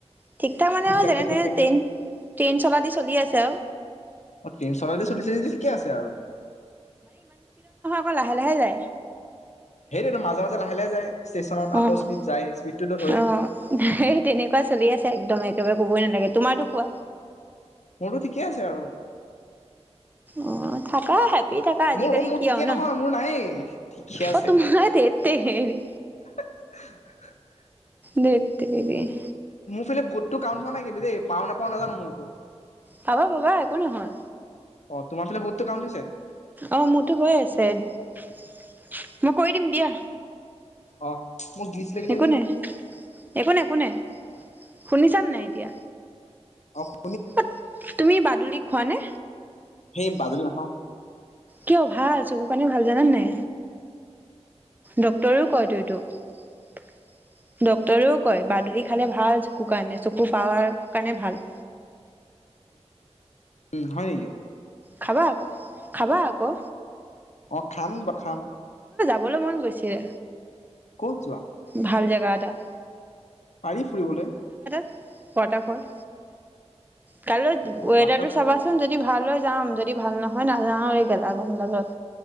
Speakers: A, on the right; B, on the left.
A: ঠিকঠাক মানে
B: ঠিক
A: আও
B: ঠাককে
A: যেনেতেনে
B: চলি থাকিলে
A: তেইন তেন্স <unintelligible> দি চলি আছে আও।
B: অ', <unintelligible> <unintelligible> চলিছে যদি ঠিকে আছে আৰু।
A: বৰ লাহে লাহে যায়।
B: সেইটোৱেট মাজে মাজে লাহে লাহে যায়। ষ্টেচনত আকৌ
A: অ',
B: স্পীড যায় স্পীডটোতো ধৰি
A: অ', সেই তেনেকুৱা চলি আছে একদম এক <unintelligible> কবই নালাগে, তোমাৰটো কোৱা?
B: মোৰটো ঠিকেই আছে আৰু।
A: অ', থাকাহেত। <unintelligible> থাকা আজিকালি
B: মোৰ অ মোৰ
A: কি
B: ঠিকে
A: আও নহ।
B: নহয় মোৰ নায়েই ঠিকে আছে
A: অ', তোমাৰ ধেৎতেৰি
B: <inaudible>
A: দেট। <unintelligible>
B: <unintelligible> ঘোটটো কাউণ্ট হোৱা নাই কিন্তু দেই। পাওঁ নাপাওঁ নাজানো মোৰটো।
A: পাবা পাবা একো নহয়।
B: অ', তোমাৰফালে ভোটটো কাউন্ট হৈছে?
A: অ', মোৰটো হৈ আছে, মই কৰি দিম দিয়া।
B: অহ। মো গ্লিচ লাগিলে
A: একো
B: নিইত।
A: নাই একো নাই কো নাই, শুনিছান নাই এতিয়া?
B: অস।
A: <unintelligible> তুমি বাদুলী খোৱানে?
B: সেই বাদুলি নাখাওঁ
A: কিয় ভাল, চকু কাৰনে ভাল জানান নাই। ডক <unintelligible> কয়টো এইটো। ডক্তৰেও কয়, বাদুলী খালে ভাল চকু কাৰণে, চকুৰ পাৱাৰ কাৰণে ভাল।
B: ও হয় নেকি?
A: খাবা আকৌ, খাবা আকৌ।
B: অ' খাম ব খাম।
A: <unintelligible> মন গৈছিলে
B: ক'ত যোৱা?
A: ভাল জেগা এটাত।
B: পাৰি ফুৰিবলৈ।
A: Water fall. কাইলৈ ৱেদাৰটো
B: ৱাটাৰফল
A: চাবাচোন, যদি ভাল হয় যাম, যদি ভাল নহয় নাযাও আৰু এই খেলা।